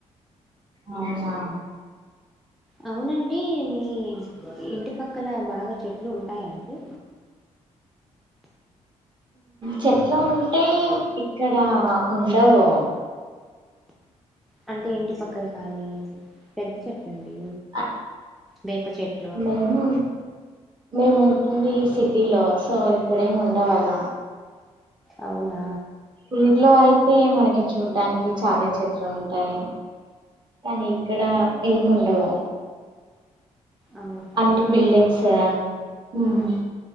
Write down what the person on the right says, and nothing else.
అవున
చెట్ల ఉంటే ఇక్కడ ఉండవు
ఆ,
మేము మేము ఉంటుంది సిటీలో సో ఇక్కడేమి ఉండవాల
ఊరిలో అయితే మనకి చూడ్డానికి చాలా చెట్లు ఉంటాయ్. కానీ ఇక్కడ ఏం ఉండవో
అన్ని బిల్డింగ్సా ఉహుహ్